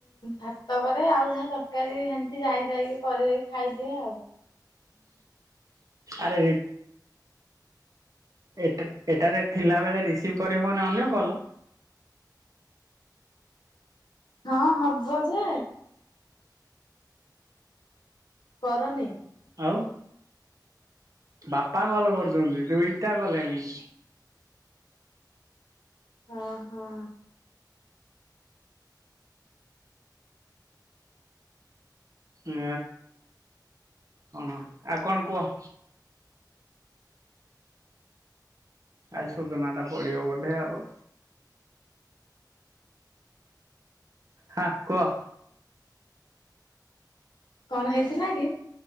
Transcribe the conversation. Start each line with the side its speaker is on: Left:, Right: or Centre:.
Left: ଭାତ କରେ ଆଉ ଯାହା ତର ତରକାରୀ ସେମିତି ଯାଇଥାଇକି କରିକି ଖାଇଦିଏ ଆଉ।
Right: ଆରେ ଏଟ ଏଟାରେ ଥିଲାବେଳେ ରିସିଭ କରିହବନା ଅନ୍ୟ କଲ୍?
Left: ହଁ ହବ ଯେ କରନି।
Right: ଆଉ ବାପା କଲ୍ କରୁଚନ୍ତି ଦୁଇଟା କଲେଣି।
Left: ହଁ ହଁ।
Right: ଅ କଣ ଆଉ କଣ କୁହ? ଆଜି ସୋଦନା ଟା ପଡିବ ବୋଧେ ଆଉ। ହାଁ କୁହ?
Left: କଣ ହେଇଥିଲା କି?